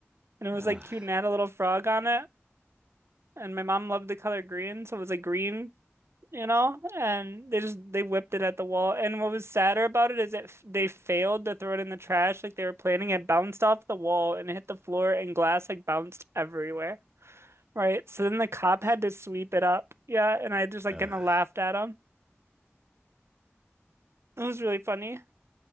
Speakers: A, on the right (about 70°); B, on the right (about 20°).
A: and it
B: Ah,
A: was like cute and had a little frog on it. And my mom loved the color green, so it was a green you know, and they just they whipped it at the wall. And what was sadder about it is that f- they failed to throw it in the trash like they were planning. It bounced off the wall and hit the floor, and glass like bounced everywhere. Right.
B: fucking
A: So then
B: idiots.
A: the cop had to sweep it up. Yeah, and I just like
B: Uh,
A: kind of laughed at him. It was really funny.